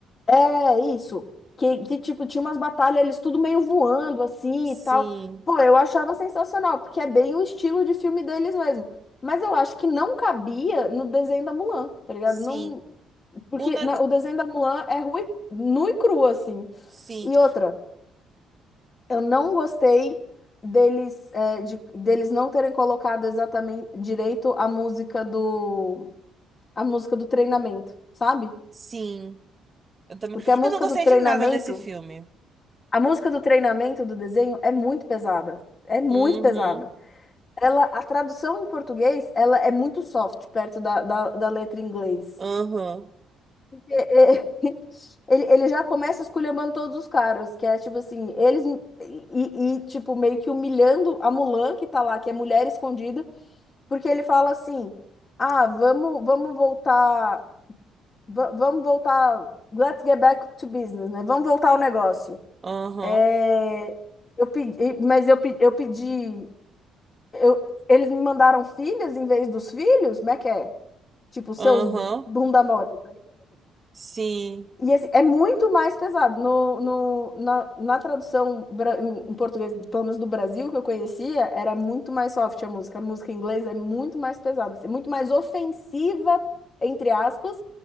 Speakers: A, on the left; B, on the right.
A: é isso. Que, que, tipo, tinha umas batalhas, eles tudo meio voando assim
B: Sim,
A: e tal. Pô, eu achava sensacional, porque é bem o estilo de filme deles mesmo. Mas eu acho que não cabia no desenho da Mulan, tá ligado?
B: sim.
A: Não, porque
B: O nego...
A: na- o desenho da Mulan é ru e, nu e cru, assim.
B: Sim,
A: E outra, eu não gostei deles, é, de, deles não terem colocado exatamente direito a música do, a música do treinamento, sabe?
B: sim. Eu também...
A: Porque a
B: Eu
A: música
B: não gostei
A: do
B: de
A: treinamento.
B: nada desse filme.
A: A música do treinamento do desenho é muito pesada. É muito
B: Uhum,
A: pesada. Ela, a tradução em português, ela é muito soft perto da, da, da letra em inglês.
B: aham,
A: Porque, é, <laughs> Ele, ele já começa esculhambando todos os caras, que é tipo assim, eles e, e, tipo meio que humilhando a Mulan que tá lá, que é mulher escondida, porque ele fala assim: "Ah, vamos, vamos voltar, va- vamos voltar, let's get back to business, né? Vamos voltar ao negócio".
B: aham,
A: É, eu pedi, mas eu, pe- eu pedi. Eu, eles me mandaram filhas em vez dos filhos? Como é que é? Tipo, seus
B: aham.
A: bunda mole.
B: Sim.
A: E assim, é muito mais pesado. No, no, na, na tradução bra- em em português, pelo menos do Brasil, que eu conhecia, era muito mais soft a música. A música em inglês é muito mais pesada, assim, muito mais ofensiva, entre aspas.